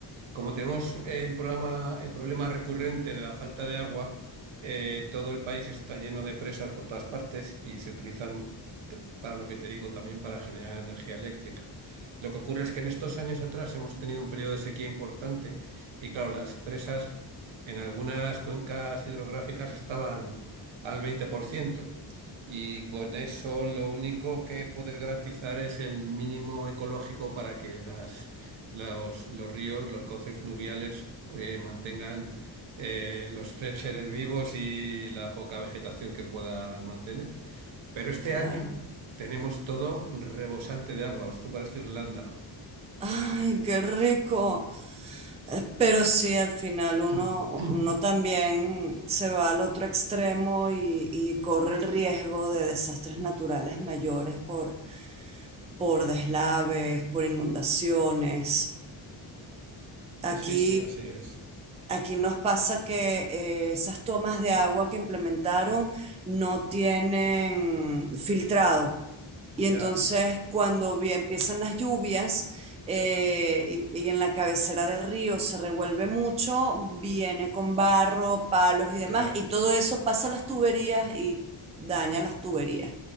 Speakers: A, on the right; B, on the right.
A: como tenemos eh, el programa, el problema recurrente de la falta de agua, eh, todo el país está lleno de presas por todas partes y se utilizan para lo que te digo, también para generar energía eléctrica. Lo que ocurre es que en estos años atrás hemos tenido un periodo de sequía importante y claro, las presas en algunas cuencas hidrográficas estaban al veinte por ciento Y con eso lo único que poder garantizar es el mínimo ecológico para que las, los, los ríos, los cauces fluviales eh, mantengan eh, los seres vivos y la poca vegetación que puedan mantener. Pero este
B: Claro.
A: año tenemos todo rebosante de agua. Esto parece Irlanda. <clears throat>
B: Ay, qué rico. Eh, Pero sí, al final uno,
A: Mm.
B: uno también se va al otro extremo y, y corre el riesgo de desastres naturales mayores por, por deslaves, por inundaciones. Aquí
A: Sí, sí, así es.
B: Aquí nos pasa que eh, esas tomas de agua que implementaron no tienen filtrado. Y entonces
A: Ya,
B: cuando vi- empiezan las lluvias eh, y, y en la cabecera del río se revuelve mucho, viene con barro, palos y demás,
A: claro,
B: y todo eso pasa a las tuberías y daña las tuberías.